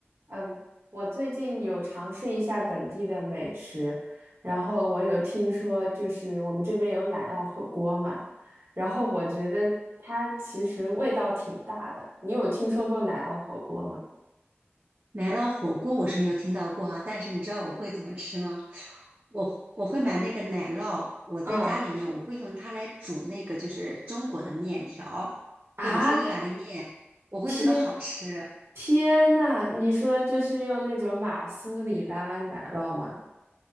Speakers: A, on the right; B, on the right.
A: 嗯，我最近有尝试一下本地的美食，然后我有听说，就是我们这边有奶酪火锅嘛，然后我觉得它其实味道挺大的。你有听说过奶酪火锅吗？
B: 奶酪火锅我是没有听到过啊，但是你知道我会怎么吃吗？我我会买那个奶酪，我在家里面我会用它来煮那个就是中国的面条，
A: 嗯啊，
B: 或者说意大利面，我会觉得好吃。
A: 天天呐，你说就是用那种马苏里拉奶酪吗？